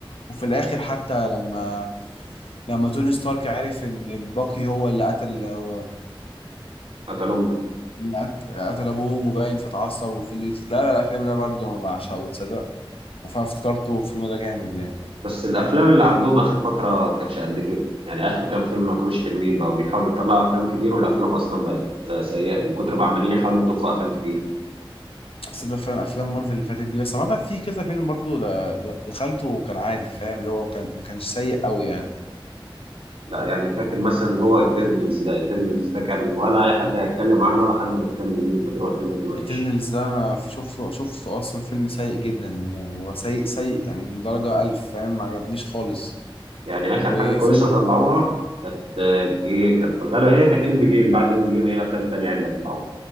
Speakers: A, on the left (about 80°); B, on the right (about 85°).
A: وفي الاخر حتى لما لما توني ستارك عرف ان باقي هو اللي قتل هو
B: قتلهم
A: اللي قت- قتل ابوه مبين فتعصب وفي اللي لا لا لا، الفيلم ده برضه انا بعشقه تصدق فانا افتكرته الفيلم ده جامد يعني
B: بس الافلام اللي عندهم اخر فتره كانتش قد كده يعني اخر كام فيلم ما كانوش حلوين بقوا بيحاولوا يطلعوا افلام كتير والافلام اصلا بقت آه، سيئه من كتر ما عمالين يحاولوا يضخوا افلام كتير
A: بس ده فعلا افلام مارفل اللي فاتت دي بس عامه في كذا فيلم برضه ده- ده- دخلته وكان عادي فاهم اللي هو كان ما كانش سيء قوي يعني
B: لا يعني فاكر مثلا اللي هو ايترنالز ده ايترنالز ده كان ولا اي حد هيتكلم عنه ولا حد مهتم بيه من كتر ما الفيلم كان وحش
A: اترنالز ده انا شفته شفته اصلا فيلم سيء جدا وسيء سيء يعني لدرجه الف فاهم ما عجبنيش خالص
B: يعني اخر
A: وفي
B: حاجه كويسه طلعوها كانت آه، ايه كانت في الغالب هي كانت اند جيم بعد اند جيم هي افلام تانية عدله طلعوها